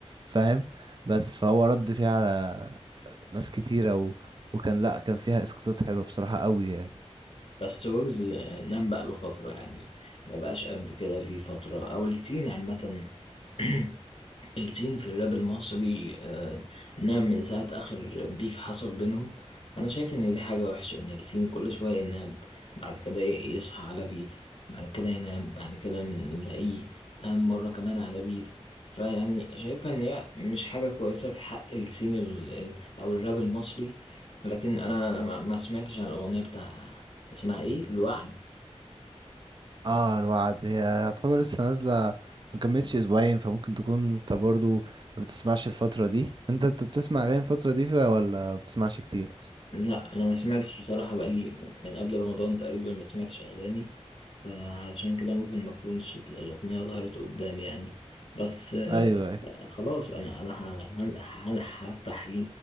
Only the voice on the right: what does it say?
فاهم بس فهو رد فيه على ناس كتيرة و... وكان لأ كان فيها اسقاطات حلوة بصراحة قوي يعني
اه الوعد هي يعتبر لسه نازلة ما كملتش اسبوعين فممكن تكون انت برضو ما بتسمعش الفترة دي انت انت بتسمع اغاني الفترة دي فيها ولا ما بتسمعش كتير اصلا
ايوه ايوه